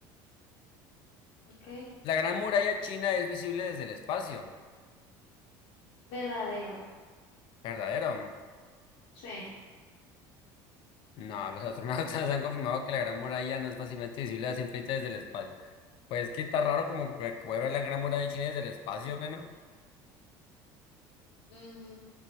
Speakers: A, on the left (about 80°); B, on the left (about 55°).
A: ¿ok?
B: La Gran Muralla China es visible desde el espacio.
A: Verdadero,
B: ¿Verdadero?
A: sí.
B: No, los astronautas <laughs> han confirmado que la Gran Muralla no es fácilmente visible a simple vista desde el espacio. Pues que está raro como que puede ver la Gran Muralla de China desde el espacio, ¿qué no?
A: ujú.